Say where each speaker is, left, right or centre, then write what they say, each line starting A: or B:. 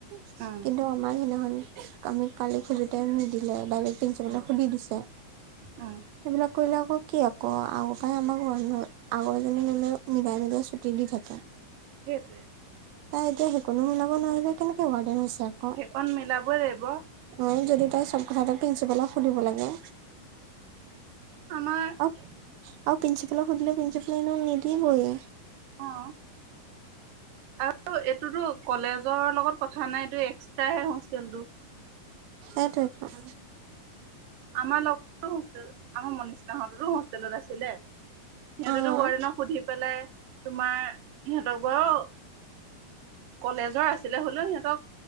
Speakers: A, on the right; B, on the right.
A: কিন্তু
B: উম
A: আমাৰ সেইদিনাখন আমি কালি খোজোতে নিদিলে চাবলৈ
B: উম
A: সুধি দিছে
B: উম
A: সেইবিলাক কৰিলে আকৌ কি আকৌ আগৰ পৰাই আমাক মন্ধ আগৰ এজনী মোলে মিলাই মিলাই ছুটি দি থাকে
B: সেইটোৱে
A: তাই এতিয়া সেইকণো মিলাব নোৱাৰিলে ৱাৰডেন হৈছে <unintelligible>
B: সেইকণ মিলাবই লাগিব
A: চব কথা এটা প্ৰিন্ঞ্চিপালক সুধিব লাগে
B: আমাৰ
A: আৰু আৰু প্ৰিন্ঞ্চিপাল সুধে প্ৰিঞ্চিপালে নিদিবয়ে
B: অ আৰু এইটোতো কলেজৰ লগত কথা নাইতটো এক্সট্ৰাহে হোষ্টেলটো
A: সেইটোৱেটো
B: আমাৰ লগৰো হোষ্টেল আমাৰ মনিষাহঁতৰো হোষ্টেলত আছিলে সিহঁতেতো
A: অ
B: ৱাৰ্ডেনক সুধি পেলাই তোমাৰ সিহঁতক বাৰু কলেজৰ আছিলে হলেও সিহঁতক